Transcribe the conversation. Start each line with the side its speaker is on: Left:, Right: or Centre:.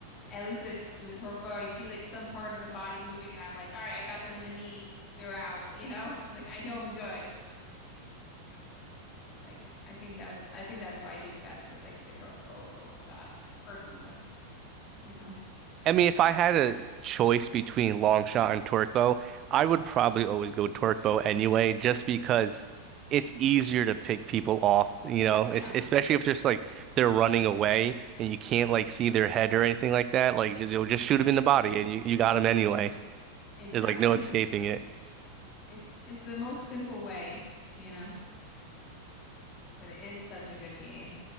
Left: At least the the torque bow, I see like some part of the body moving, and I'm like, all right, I got them in the knee. They're out, you know? <laughs> Like I know I'm good. Like I think that's I think that's why I do best with like the torque bow over the long shot, personally, you know?
Right: I mean, if I had a choice between long shot and torque bow, I would probably always go torque bow anyway, just because it's easier to pick people off, you know,
Left: Yeah,
Right: it's, especially if just like they're running away and you can't like see their head or anything like that. Like just you'll just shoot them in the body and you, you got them anyway.
Left: exactly.
Right: There's like no escaping it.
Left: It's it's the most simple way, you know, but it is such a good game.